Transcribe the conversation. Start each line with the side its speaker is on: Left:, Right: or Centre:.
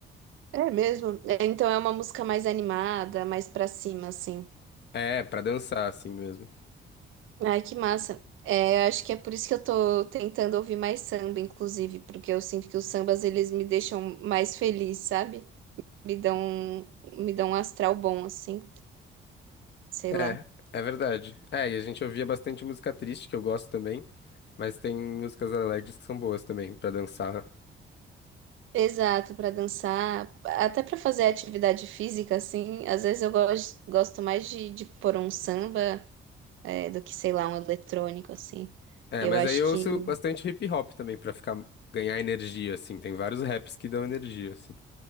Right: É mesmo. É, então é uma música mais animada, mais pra cima, assim.
Left: É, pra dançar assim mesmo.
Right: Ai, que massa. É, eu acho que é por isso que eu tô tentando ouvir mais samba, inclusive, porque eu sinto que os sambas eles me deixam mais feliz, sabe? Me dão, me dão um astral bom, assim, sei
Left: É,
Right: lá.
Left: é verdade. É, e a gente ouvia bastante música triste que eu gosto também, mas tem músicas alegres que são boas também pra dançar.
Right: Exato, pra dançar, até pra fazer atividade física, assim. Às vezes eu gosto, gosto mais de, de pôr um samba, é, do que, sei lá, um eletrônico, assim.
Left: É,
Right: Eu
Left: mas
Right: acho
Left: aí eu
Right: que
Left: ouço bastante hip hop também pra ficar ganhar energia assim, tem vários raps que dão energia assim.